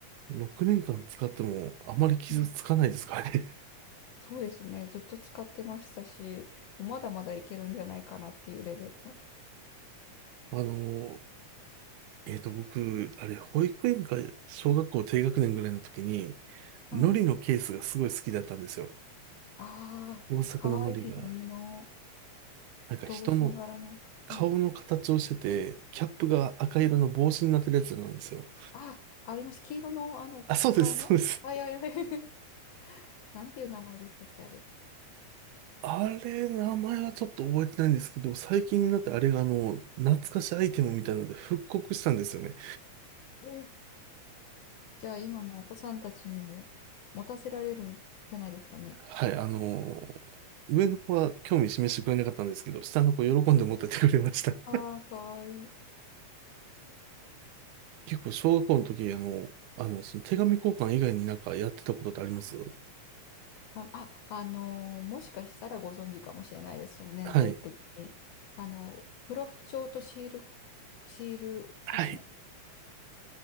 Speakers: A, on the right; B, on the left.
A: 6年間使ってもあまり傷つかないですかね。
B: うん、そうですね、ずっと使ってましたし、まだまだいけるんじゃないかなっていうレベルの。
A: <laughs> あの、えっと、僕、あれ、保育園か小学校低学年ぐらいの時に、
B: はい。
A: 海苔のケースがすごい好きだったんですよ。
B: ああ、
A: 大阪の海苔が、
B: かわいいのりの
A: なんか人の
B: 動物の柄の。はい。
A: 顔の形をしてて、キャップが赤色の帽子になってるやつなんですよ。
B: あ、ありました。黄色の、あの、
A: あ、そうです、
B: お顔の。
A: そうです。
B: はいはいはい。<laughs> なんていう名前でしたっけ、あれ。
A: あれ、名前はちょっと覚えてないんですけど、最近になってあれがあの、懐かしアイテムみたいなので復刻したんですよね。
B: えーじゃあ今のお子さんたちにも持たせられるんじゃないですかね。
A: はい、あのー上の子は興味示してくれなかったんですけど、下の子喜んで持ってってくれました。<laughs>
B: ああ、かわいい。
A: 結構小学校の時、あの、あの、その手紙交換以外になんかやってたことってあります
B: あ、あ、あのーもしかしたらご存知かもしれないです、その年代的に。
A: はい。
B: あの、プロフ帳とシール、シール集め。
A: はい。